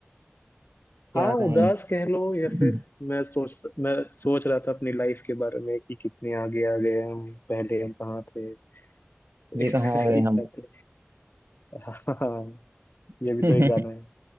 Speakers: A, on the right; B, on the left.
A: क्या
B: हाँ
A: कहें
B: उदास कह लो या
A: <laughs>
B: फिर मैं सोच मैं सोच रहा था अपनी लाइफ के बारे में कि कितने आगे आ गए हम पहले हम कहाँ थे तो
A: ये
B: इस
A: कहाँ
B: तरह
A: आ गए
B: की
A: हम
B: बातें हाँ
A: <laughs>
B: ये भी तो एक गाना है